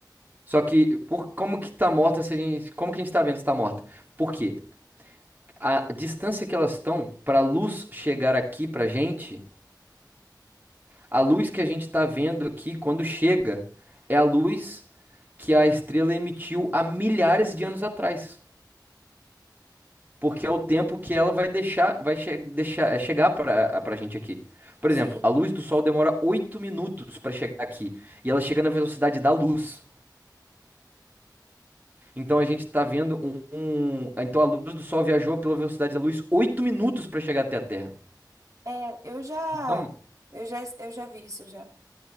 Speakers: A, on the right; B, on the right.
A: Só que por, como que tá morta se a gente, como que a gente tá vendo se tá morta? Porque a distância que elas estão para a luz chegar aqui pra gente, a luz que a gente tá vendo aqui quando chega é a luz que a estrela emitiu há milhares de anos atrás, porque é o tempo que ela vai deixar, vai che deixar, é, chegar para para gente aqui. Por
B: Sim.
A: exemplo, a luz do sol demora 8 minutos para chegar aqui e ela chega na velocidade da luz. Então a gente tá vendo um, um- Então a luz do Sol viajou pela velocidade da luz 8 minutos para chegar até a Terra.
B: É, eu já,
A: Então,
B: eu já, eu já vi isso já.